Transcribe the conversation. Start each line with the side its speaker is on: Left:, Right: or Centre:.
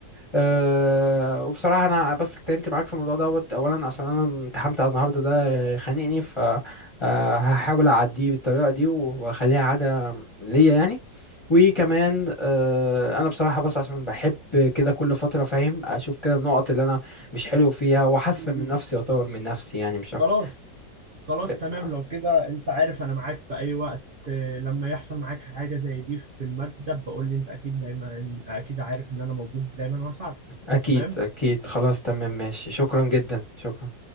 Left: أه وبصراحة أنا بس اتكلمت معاك في الموضوع دوت أولا عشان أنا امتحنت على النهاردة ده آه، خانقني فهحاول أعديه بالطريقة دي وأخليها عادة ليا يعني وكمان أه أنا بصراحة بس عشان بحب كده كل فترة فاهم أشوف كده النقط اللي أنا مش حلو فيها وأحسن
Right: كده
Left: من نفسي وأطور من نفسي يعني مش أكتر
Right: خلاص خلاص
Left: أه،
Right: تمام لو كده انت عارف انا معاك في اي وقت آه، لما يحصل معاك حاجة زي دي في المادة بقول لي انت اكيد دايما اكيد عارف ان انا موجود دايما واساعدك
Left: أكيد
Right: تمام
Left: أكيد خلاص تمام ماشي شكرا جدا شكرا